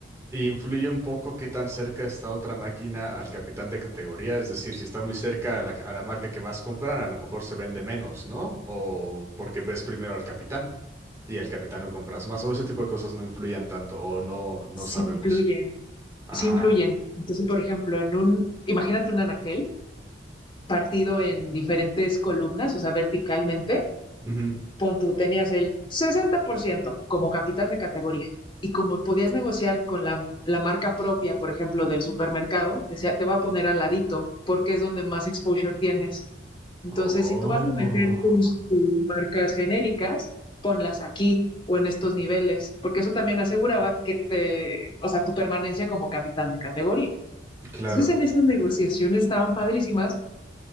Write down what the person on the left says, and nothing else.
sí
influyen,
sí influyen. Entonces, por ejemplo, en un, imagínate un anaquel, partido en diferentes columnas, o sea, verticalmente,
pon tú tenías el 60% como capitán de categoría. Y como podías negociar con la, la marca propia, por ejemplo, del supermercado, decía, te voy a poner al ladito porque es donde más exposure tienes. Entonces,
si tú vas a meter tus, tus marcas genéricas, ponlas aquí o en estos niveles, porque eso también aseguraba que te, o sea, tu permanencia como capitán de categoría.
Entonces, en esas negociaciones estaban padrísimas,